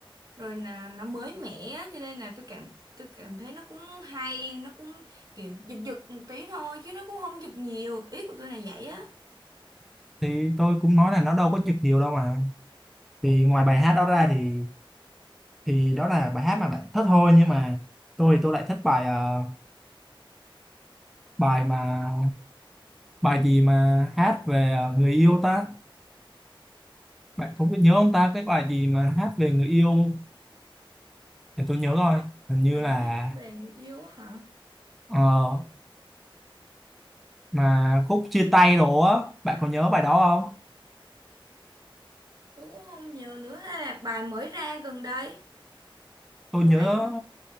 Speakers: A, on the right (about 40°); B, in the centre.
A: rồi là nó mới mẻ á, cho nên là tôi cảm tôi cảm thấy nó cũng hay nó cũng kiểu giật giật một tí thôi chứ nó cũng không giật nhiều ý của tôi là vậy á
B: thì tôi cũng nói là nó đâu có giật nhiều đâu mà thì ngoài bài hát đó ra thì thì đó là bài hát mà bạn thích thôi nhưng mà tôi thì tôi lại thích bài ờ, bài mà bài gì mà hát về ờ, người yêu ta Bạn cũng biết nhớ ông ta cái bài gì mà hát về người yêu không? để tôi nhớ rồi hình như
A: bài
B: là
A: hát về người yêu hả
B: ờ, mà khúc chia tay đồ á bạn có nhớ bài đó không
A: tôi cũng không nhiều nữa hay là bài mới ra gần đây
B: tôi
A: có
B: nhớ
A: phải